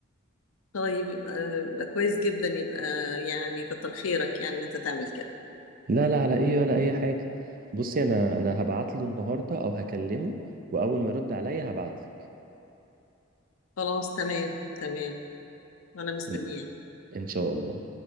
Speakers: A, on the left; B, on the right.
A: طيب يبقى, يبقى كويس جدا يبقى يعني كتر خيرك يعني إن انت تعمل كده
B: لا لا على ايه ولا اي حاجة بصي انا انا هبعت له النهاردة او هكلمه واول ما يرد عليا هبعت لك
A: خلاص تمام تمام وانا مستنياك
B: ان إن شاء الله